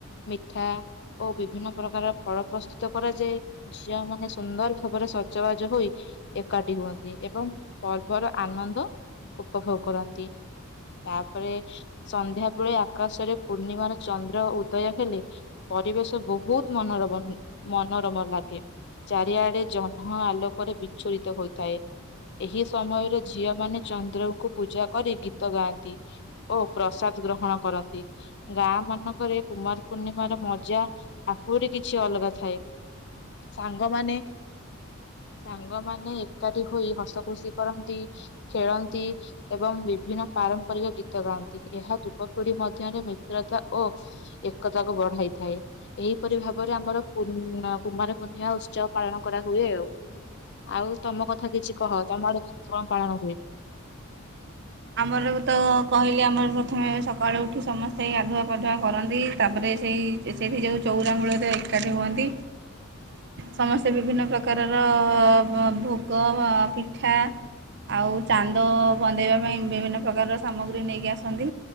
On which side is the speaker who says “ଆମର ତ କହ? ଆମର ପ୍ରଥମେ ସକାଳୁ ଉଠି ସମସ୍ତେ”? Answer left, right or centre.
Right